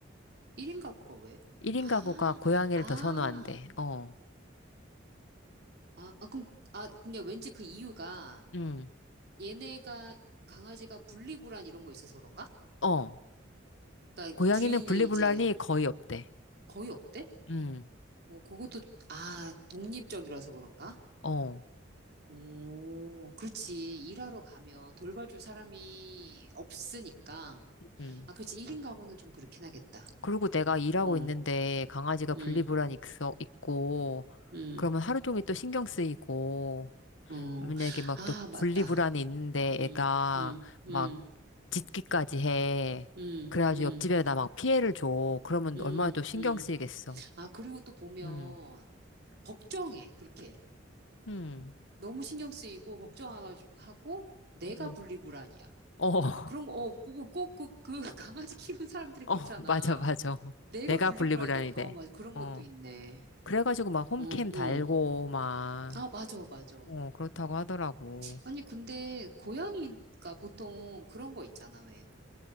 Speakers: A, on the right (about 55°); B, on the left (about 75°).
A: 1인 가구가 왜?
B: 1인
A: 아,
B: 가구가 고양이를
A: 아,
B: 더 선호한대. 어,
A: 아, 아, 그럼, 아, 근데 왠지 그 이유가
B: 음,
A: 얘네가, 강아지가 분리불안 이런 거 있어서 그런가?
B: 어.
A: 그러니까
B: 고양이는
A: 주인이
B: 분리불안이
A: 이제
B: 거의 없대.
A: 거의 없대?
B: 음,
A: 뭐, 그것도, 아, 독립적이라서 그런가?
B: 어,
A: 오, 그렇지. 일하러 가면 돌봐줄 사람이 없으니까.
B: 음.
A: 아, 그렇지. 1인 가구는 좀 그렇긴 하겠다.
B: 그리고 내가 일하고
A: 어,
B: 있는데 강아지가
A: 음,
B: 분리불안이 있어- 있고,
A: 음,
B: 그러면 하루 종일 또 신경 쓰이고,
A: 어,
B: 만약에 막
A: 아,
B: 또
A: 맞다.
B: 분리불안이 있는데
A: 음,
B: 애가
A: 음, 음,
B: 막 짖기까지 해.
A: 음,
B: 그래가지고
A: 음,
B: 옆집에다 막 피해를 줘. 그러면
A: 음,
B: 얼마나 또 신경
A: 음.
B: 쓰이겠어.
A: 아, 그리고 또 보면,
B: 응
A: 걱정해, 그렇게.
B: 응
A: 너무 신경 쓰이고, 걱정하고, 내가
B: 응
A: 분리불안이야.
B: 어, <laughs> 어,
A: 막 그런 거, 어, 꼭, 꼭, 그, 그, <laughs> 강아지 키우는 사람들이 그렇잖아.
B: 어, 맞아, 맞아.
A: 내가
B: 내가
A: 분리불안인데,
B: 분리불안이
A: 아,
B: 돼.
A: 맞아. 그런
B: 어.
A: 것도 있네.
B: 그래가지고 막 홈캠
A: 응, 응.
B: 달고 막,
A: 아, 맞아, 맞아.
B: 어, 그렇다고 하더라고.
A: 아니, 근데, 고양이가 보통 그런 거 있잖아, 왜.